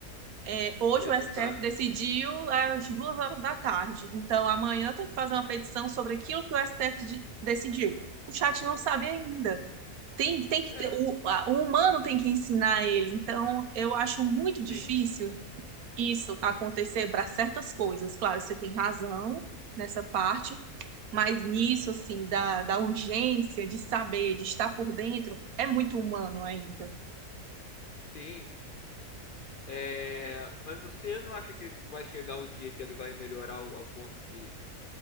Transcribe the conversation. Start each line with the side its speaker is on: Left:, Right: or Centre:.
Right: é, hoje
Left: ele
Right: o STF
Left: não sabe.
Right: decidiu às duas horas da tarde. Então, amanhã eu tenho que fazer uma petição sobre aquilo que o STF de- decidiu. O chat não sabe ainda. Tem, tem que
Left: É,
Right: ter, o, a- o humano tem que ensinar ele. Então, eu acho muito difícil
Left: sim,
Right: isso acontecer para certas coisas. Claro, você tem razão nessa parte, mas nisso, assim, da, da urgência de saber, de estar por dentro, é muito humano ainda.
Left: sim. É, mas você não acha que vai chegar um dia que ele vai melhorar ao, ao ponto de,